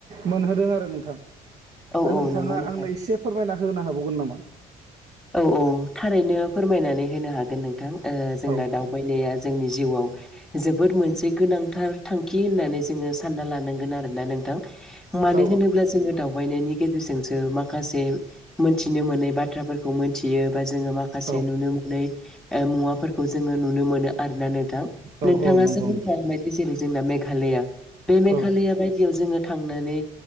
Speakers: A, on the right (about 55°); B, in the centre.
A: मोनहोदों आरो नोंथां।
B: औ
A: दा
B: औ
A: नोंथाङा
B: नंगौ नोंथां
A: आंनो एसे फोरमायना होनो हाबावगोन नामा?
B: औ औ थारैनो फोरमायनानै होनो हागोन नोंथां। ओ जोंना
A: औ नोंथां
B: दावबायनाया जोंनि जिउआव जोबोद मोनसे गोनांथार थांखि होननानै जोङो सानना लानांगोन आरोना नों थां। मानो
A: औ
B: होनोब्ला जोङो दावबायनायनि गेजेरजोंसो माखासे मोनथिनो मोनै बाथ्राफोर खौ मोनथियो बा जोङो माखासे
A: औ
B: नुनो मोनै ओ मुवाफोरखौ जोङो नुनो मोनो। आरो ना नोंथां
A: औ
B: नोंथाङासो
A: औ नंगौ
B: बुंथ'बाय
A: नोंथां
B: जेरै जोंना मेघालया बे मेघालया
A: औ
B: बायदियाव जोङो थांनानै